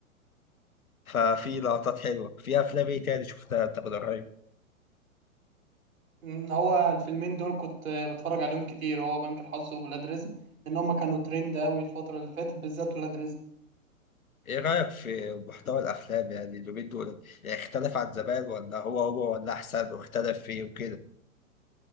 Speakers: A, on the left; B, on the right.
A: <laughs> ففي لقطات حلوه في افلام ايه تاني شفتها انت من قريب
B: مم، هو الفيلمين دول كنت بتفرج عليهم كتير هو بنك الحظ وولاد رزق لان هما كانوا ترند قوي الفتره اللي فاتت بالذات ولاد رزق
A: ايه رايك في محتوى الافلام يعني اليومين دول يعني اختلف عن زمان ولا هو هو ولا احسن واختلف فيه وكده